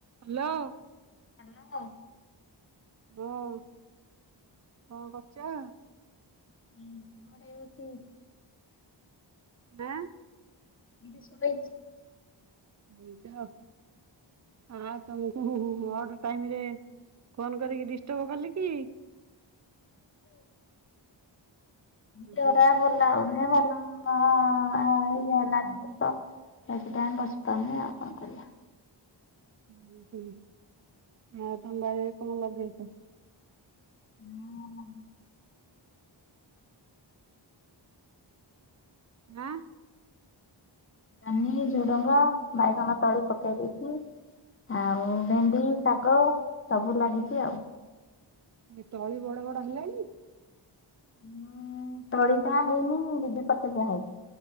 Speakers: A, on the right; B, on the left.
A: Hello.
B: Hello.
A: ହୁଁ କଣ କରୁଛ?
B: ହୁଁ ଗଡେଇହଉଛି।
A: ଆଁ।
B: ଦିଦି ଶୋଇଛି।
A: ବଇଛ? ହଁ ତମ ଓହୋ ହୋ ଅଡ୍ ଟାଇମରେ ଫୋନ କରିକି ଡିଷ୍ଟର୍ବ କଲି କି? ହୁଁ
B: <inaudible> ଖୋଲାହଉନି
A: ହୁଁ
B: <unintelligible> ବେସି ଟାଇମ୍ ବସି ପାରୁନି, ଆଉ କଣ କରିବା।
A: ହୁଁ ହୁଁ, ଆଉ ତମ ବାରିରେ କଣ ଲଗେଇଛ?
B: ହୁଁ।
A: ହାଁ?
B: ଜହ୍ନି, ଝୁଡଙ୍ଗ, ବାଇଗଣ ତଳି ପକେଇ ଦେଇଛି। ଆଉ ଭେଣ୍ଡି ଶାଗ ସବୁ ଲାଗିଛି ଆଉ।
A: ଏ ତଳି ବଡ ବଡ ହେଲାଣି।
B: ହୁଁ ତଳି ଟା ହେଇନି ଦି ଦି ପତିରିଆ ହେଇଛି।